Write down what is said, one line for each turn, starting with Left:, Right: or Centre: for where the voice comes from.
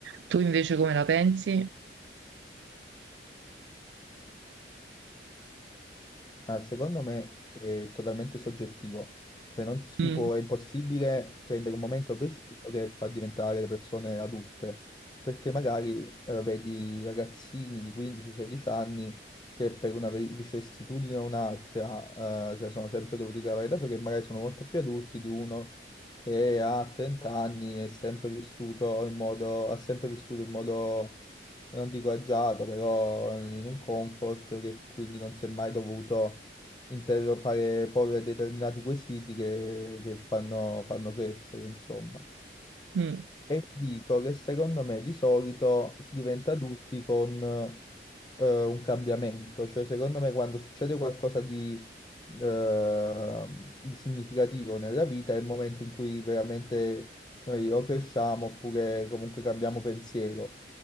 Right: Tu invece come la pensi?
Left: Ma secondo me è totalmente soggettivo, cioè non ci
Right: Mm,
Left: può, è impossibile prendere un momento preciso che fa diventare le persone adulte, perché magari eh, vedi ragazzini di 15-16 anni che per una vi- vicissitudine o un'altra eh, se la sono sempre dovuti cavare da soli, che magari sono molto più adulti di uno che ha 30 anni e è sempre vissuto in modo, ha sempre vissuto in modo non dico agiato, però in un comfort che quindi non si è mai dovuto interrogare porre determinati quesiti che, che fanno, fanno crescere, insomma.
Right: mm.
Left: E dico che secondo me di solito si diventa adulti con eh, un cambiamento, cioè secondo me quando succede qualcosa di, eh, di significativo nella vita è il momento in cui veramente noi o cresciamo oppure comunque cambiamo pensiero.